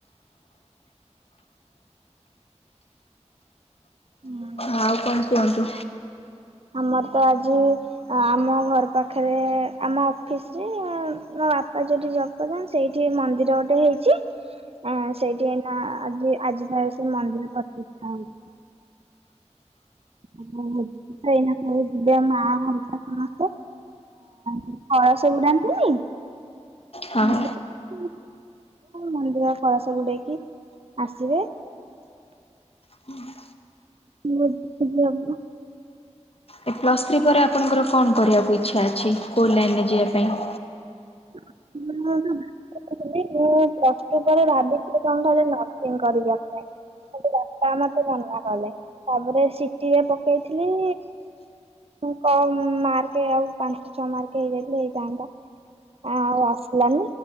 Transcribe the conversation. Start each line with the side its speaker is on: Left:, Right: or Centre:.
Right: ହୁଁ।
Left: ଆଉ କଣ କୁହନ୍ତୁ?
Right: ଆମର ତ ଆଜି ଆମ ଘର ପାଖରେ ଆମ ଅଫିସ ରେ ମୋ ବାପା ଯୋଉଠି ଜ ବ୍ କରୁଛନ୍ତି, ସେଇଠି ମନ୍ଦିର ଗୋଟେ ହେଇଛି। ହଁ ସେଇଠି ଏଇନା ଆଜି, ଆଜି ତା ସେ ମନ୍ଦିର ପ୍ରତିଷ୍ଠା ହଉଛି। ଯିବେ ସବୁ ଏଇନା, ଯିବେ ମା ହରିକା ସମସ୍ତେ। ହୁଁ କଳସ ବୁଡ଼ାନ୍ତିନି?
Left: ହଁ।
Right: <unintelligible> ମନ୍ଦିର କଳସ ବୁଡେଇକି ଆସିବେ।
Left: ହୁଁ
Right: <unintelligible>
Left: ଏ ପ୍ଲସ ଥ୍ରୀ ପରେ ଆପଣଙ୍କର କଣ କରିବାକୁ ଇଚ୍ଛା ଅଛି, କୋଉ ଲାଇନରେ ଯିବା ପାଇଁ?
Right: <unintelligible> ଦିଦି ମୁଁ ପ୍ଲସ ଟୁ ପରେ ଭାବିଥିଲି, କଣ କହିଲେ ନର୍ସିଂ କରିବା ପାଇଁ। କିନ୍ତୁ ବାପା ମତେ ମନା କଲେ, ତାପରେ ସି ଟିରେ ପକେଇଥିଲି ମୁଁ କମ୍ ମାର୍କ, ଆଉ ପାଞ୍ଚ ଛଅ ମାର୍କ ହେଇଯାଇଥିଲେ ହେଇଥାନ୍ତା। ଆଉ ଆସିଲାନି,